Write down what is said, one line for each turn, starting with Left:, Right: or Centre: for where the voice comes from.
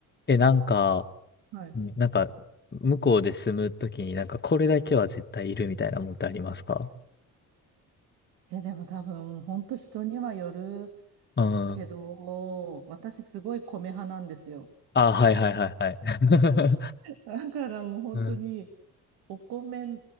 Left: ー、え、なんか、
Right: はい。
Left: うんなんか、向こうで住むときになんかこれだけは絶対いるみたいなもんってありますか
Right: え、でも多分、本当人にはよる
Left: うん、
Right: けど、私すごい米派なんですよ。
Left: ああ、はいはいはいはい。<laughs>
Right: だからもう本当に、
Left: うん。
Right: お米